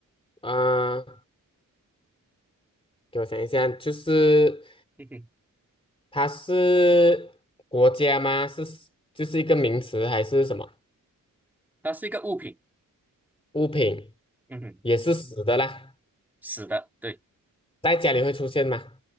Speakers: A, on the left; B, in the centre.
A: 嗯、给我想一下，就是
B: 嗯哼，
A: 它是国家吗？是就是一个名词还是什么
B: 它是一个物品，
A: 物品？
B: 嗯哼，
A: 也是死的啦，
B: 死的，对，
A: 在家里会出现吗？